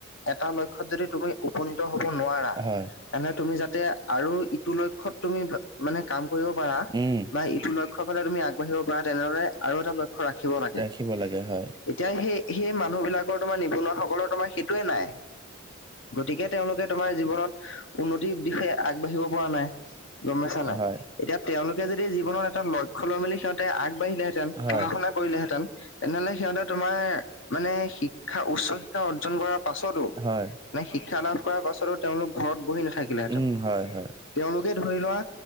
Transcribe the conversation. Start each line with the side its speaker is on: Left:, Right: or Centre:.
Left: এটা লক্ষ্যত যদি তুমি উপনীত হব নোৱাৰা,
Right: হয়
Left: তেনে তুমি যাতে আৰু ইটো লক্ষ্যত তুমি মানে কাম কৰিব পাৰা
Right: উম
Left: বা ইটো লক্ষ্যৰ ফালে তুমি আগবাঢ়িব পাৰা তেনেদৰে আৰু এটা লক্ষ্য ৰাখিব লাগে।
Right: ৰাখিব লাগে হয়
Left: এতিয়া সেই সেই মানুহবিলাকৰ তোমাৰ নিবনুৱাসকলৰ তোমাৰ সেইটোয়ে নাই। গতিকে তেওঁলোকে তোমাৰ জীৱনত উন্নতিৰ দিশে আগবাঢ়িব পৰা নাই। গম পাইছা নে নাই
Right: হয়
Left: এতিয়া তেওঁলোকে যদি জীৱনত এটা ল লক্ষ্য লম বুলি সিঁহতে আগবাঢ়িলেঁতেন
Right: হয়
Left: পঢ়া-শুনা কৰিলেহেঁতেন তেনেহলে সিহঁতে তোমাৰ মানে শিক্ষা উচ্চ শিক্ষা অৰ্জন কৰাৰ পাছতো
Right: হয়।
Left: নাই শিক্ষালাভ কৰাৰ পাছতো তেওঁলোক ঘৰত বহি নাথাকে। থাকিলেহেঁতেন
Right: উম হয় হয়
Left: তেওঁলোকে ধৰি লোৱা